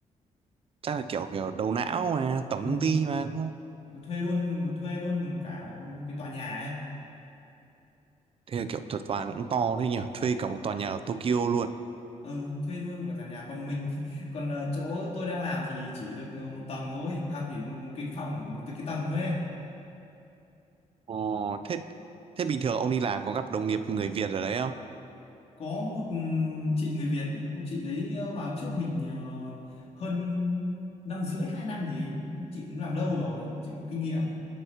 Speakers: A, on the right; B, on the left.
A: chắc là kiểu kiểu đầu não mà tổng
B: ừ.
A: công ty mà đúng không?
B: nó thuê luôn nó thuê luôn một cả một cái tòa nhà ấy
A: Thế là kiểu thuật toàn cũng to đấy nhỉ? Thuê cả một tòa nhà ở Tokyo luôn.
B: ừ, thuê luôn một cái tòa nhà còn mình <laughs> còn ờ, chỗ tôi đang làm thì chỉ được một tầng thôi à chỉ một, một cái phòng của một cái tầng thôi ấy.
A: Ờ, thế thế bình thường ông đi làm có gặp đồng nghiệp người Việt ở đấy không?
B: có một ừ, chị người Việt cũng chị đấy ờ, vào trước mình ờ, hơn năm rưỡi hai năm gì ấy. chị cũng làm lâu rồi chị cũng có kinh nghiệm